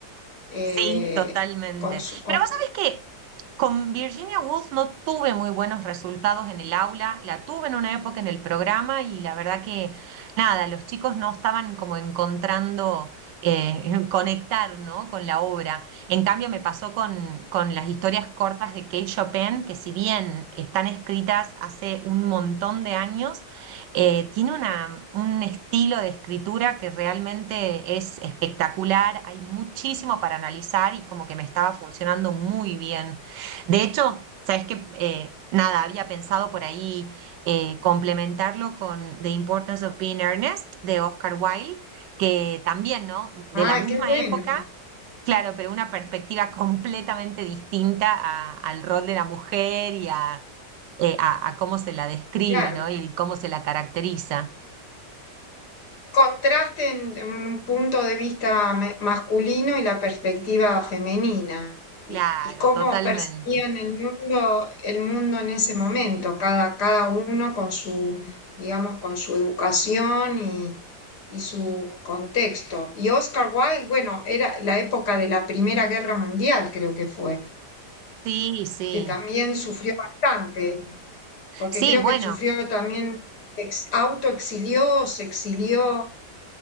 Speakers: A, on the left; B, on the right.
A: eh,
B: Sí, totalmente.
A: con su, con-
B: Pero vos sabés que con Virginia Woolf no tuve muy buenos resultados en el aula, la tuve en una época en el programa y la verdad que nada, los chicos no estaban como encontrando eh, <laughs> conectar, ¿no? con la obra. En cambio me pasó con, con las historias cortas de Kate Chopin, que si bien están escritas hace un montón de años, eh, tiene una- un estilo de escritura que realmente es espectacular, hay muchísimo para analizar y como que me estaba funcionando muy bien. De hecho, sabes que nada, había pensado por ahí eh, complementarlo con The Importance of Being Earnest de Oscar Wilde, que también, ¿no? De
A: Ah,
B: la misma
A: qué bueno,
B: época. Claro, pero una perspectiva completamente distinta a- al rol de la mujer y a, eh, a, a cómo se la describe,
A: claro.
B: ¿no? Y cómo se la caracteriza.
A: contraste en, en un punto de vista ma- masculino y la perspectiva femenina y,
B: Claro,
A: y cómo
B: totalmente.
A: percibían el mundo, el mundo en ese momento, cada, cada uno con su, digamos, con su educación y, y su contexto. Y Oscar Wilde, bueno, era la época de la Primera Guerra Mundial, creo que fue,
B: Sí, sí.
A: que también sufrió bastante, porque
B: Sí,
A: creo
B: bueno,
A: que sufrió también, ex- autoexilió, se exilió